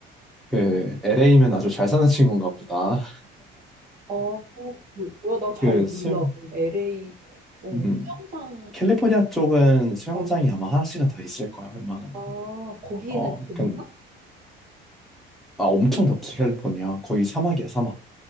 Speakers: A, in the centre; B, on the right.
A: 그 LA면 아주 잘 사는 친구인가 보다.
B: 어, 그, 뭐야, 나 잘
A: 그
B: 몰라.
A: 수영,
B: LA, 어,
A: 음.
B: 수영장,
A: 캘리포니아
B: 있-
A: 쪽은 수영장이
B: 어,
A: 아마 하나씩은 더 있을 거야, 웬만하면.
B: 아, 거기는
A: 어,
B: 좋나?
A: 그, 아, 엄청 덥지, 캘리포니아. 거기 사막이야, 사막.